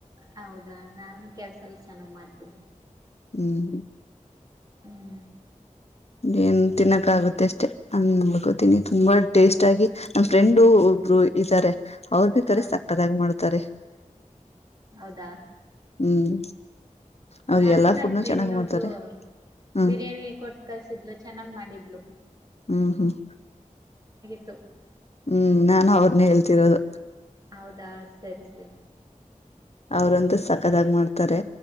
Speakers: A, on the right; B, on the left.
A: ಹೌದಾ ನಾನು ಕೆಲ್ಸ ಎಲ್ಲ ಚೆನ್ನಾಗ್ ಮಾಡ್ತೀನಿ
B: ಹ್ಮ್ ಹ್ಮ.
A: ಹ್ಮ್
B: ಏನ್ ತಿನ್ನಕ್ಕ ಆಗುತ್ತೆ ಅಷ್ಟೇ <unintelligible> ಬಕೊತೀನಿ ತುಂಬಾ ಟೇಸ್ಟ್ ಆಗಿ ನಮ ಫ್ರೆಂಡು. ಒಬ್ರು ಇದ್ದಾರೆ ಅವ್ರರು ಬೀಕರೆ
A: ಹ
B: ಸಕ್ಕದಾಗ ಮಾಡ್ತಾರೆ.
A: ದ <inaudible>
B: ಹ್ಮ್. ಅವ್ರು
A: ನನ್ಗೂ
B: ಎಲ್ಲಾ
A: ನನ್
B: ಫುಡ್ನು
A: ಫ್ರೆಂಡ್
B: ಚೆನ್ನಾಗ್
A: ಒಬ್ಳ
B: ಮಾಡ್ತಾರೆ ಹ್ಮ್
A: ಬಿರಿಯಾನಿ ಕೊಟ್ಟ ಕಲ್ಸಿದ್ಲು ಚೆನ್ನಾಗ್ ಮಾಡಿದ್ಲು.
B: ಹ್ಮ್ ಹ್ಮ್.
A: <unintelligible>
B: ಹ್ಮ್ ನಾನು ಅವ್ರನೆೇ ಹೇಳ್ತಿರೋದು.
A: ಹೌದಾ ಸರಿ ಸರಿ.
B: ಅವ್ರಂತ ಸಕದಾಗ ಮಾಡ್ತಾರೆ